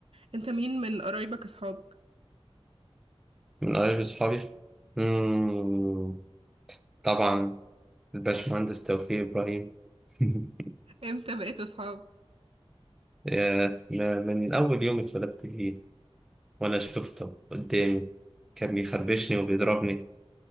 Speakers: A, on the right; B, in the centre.
A: انت مين من قرايبك اصحابك
B: من قرايب أصحابي مم، طبعا الباشمهندس توفيق إبراهيم <laughs>
A: امتى بقيتوا اصحاب
B: يا- م- من أول يوم اتولدت فيه وأنا شفته قدامي كان بيخربشني وبيضربني